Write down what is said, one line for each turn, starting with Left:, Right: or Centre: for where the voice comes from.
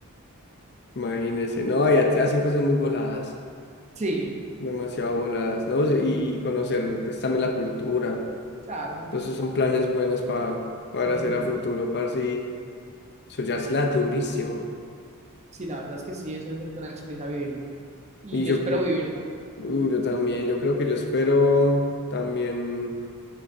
Left: imagínense. No, y ha- hacen cosas muy voladas,
Right: Sí,
Left: demasiado voladas, ¿no? Y conocer pues, también la cultura.
Right: claro.
Left: Entonces, esos son planes buenos para, para
Right: ujú.
Left: hacer a futuro, para sí, soñársela durísimo.
Right: Sí, la verdad es que sí, eso es una experiencia vivirla. Y
Left: Y yo,
Right: espero vivirla.
Left: uh, yo también, yo creo que yo espero también.